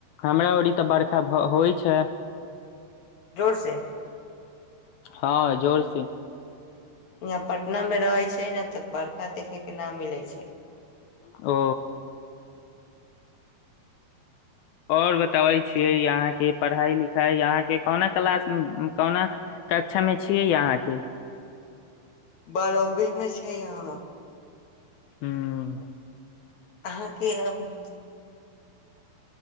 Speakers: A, on the left; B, on the left.
A: हमरा ओरी तऽ बर्खा होइ छै
B: जोर से
A: हँ जोर से
B: वहाँ पटना मे रहै छै ने तऽ बर्षा देखे के न मिले छै
A: ओ आओर बताबै छीयै यहाँ के पढ़ाई लिखाई यहांके कोना क्लास कोना कक्षा मे छियै य अहाँके
B: बारहवी मे छै हम
A: हूं
B: अहाँके अब